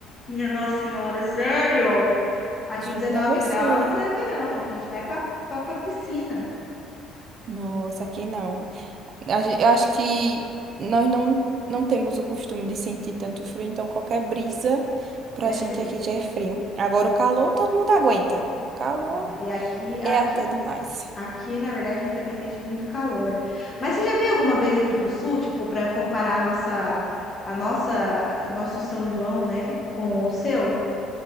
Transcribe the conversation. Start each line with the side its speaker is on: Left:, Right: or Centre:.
Left: minha Nossa Senhora, sério? Aqui
Right: Jura
Left: 19
Right: você.
Left: graus é verão, a gente vai pra, pra, pra piscina.
Right: Nossa, aqui não. A gen- Eu acho que nós não, não temos o costume de sentir tanto frio, então qualquer brisa pra
Left: É
Right: gente
Left: frio.
Right: aqui já é frio. Agora o calor, todo mundo aguenta. O calor
Left: Ah, E aqui, aqui,
Right: é até demais.
Left: aqui, na verdade, a gente também sente muito calor. Mas você já veio alguma vez aqui para o sul, tipo, para eu comparar a nossa, a nossa, nosso São João, né, com o seu?